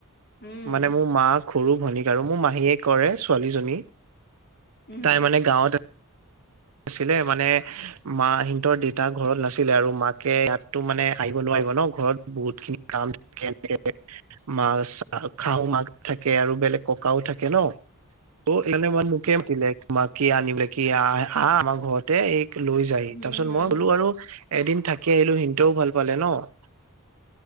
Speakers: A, on the left; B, on the right.
A: উম
B: মানে মোৰ মাক সৰু ভনীক আৰু মোৰ মাহীয়ে কৰে ছোৱালীজনী
A: উম
B: তাই মানে গাঁৱতে আছিলে মানে মা হিন্তৰ দেতা ঘৰত নাছিলে আৰু মাকে ইয়াতটো মানে আহিব নোৱাৰিব ন, ঘৰত বহুত খিনি কাম <unintelligible> খাওঁ মাক থাকে আৰু বেলেগ ককাও থাকে ন, ত' <unintelligible> মোকে মাতি যাই মা আনিবলে <unintelligible> হা আমাৰ ঘৰতে এইক লৈ যায়
A: হম
B: তাৰপিছত
A: হম
B: মই গ'লো
A: হম
B: আৰু এদিন থাকি আহিলোঁ সিহঁতেও ভাল পালে ন'